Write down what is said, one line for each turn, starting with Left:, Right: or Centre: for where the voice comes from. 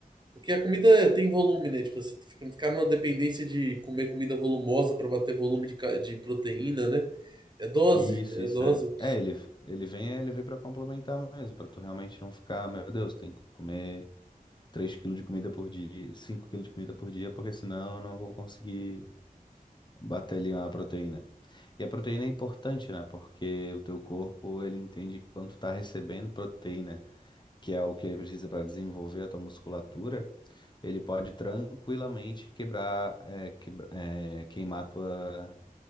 Right: Porque a comida tem volume, né? Tipo, assim, você fica- ficar numa dependência de comer comida volumosa pra bater volume de, ca- de proteína, né? É dose,
Left: Isso,
Right: é
Left: isso
Right: dose.
Left: é. É, ele, ele vem, é, ele vem pra complementar mesmo, pra tu realmente não ficar, meu Deus, tem que comer 3 quilos de comida por dia, 5 quilos de comida por dia, porque senão eu não vou conseguir Bater ali uma proteína. E a proteína é importante, né? Porque o teu corpo, ele entende que quando tu tá recebendo proteína, que é o que ele precisa para desenvolver a tua musculatura, ele pode tranquilamente quebrar, é, quebra- é, queimar tua,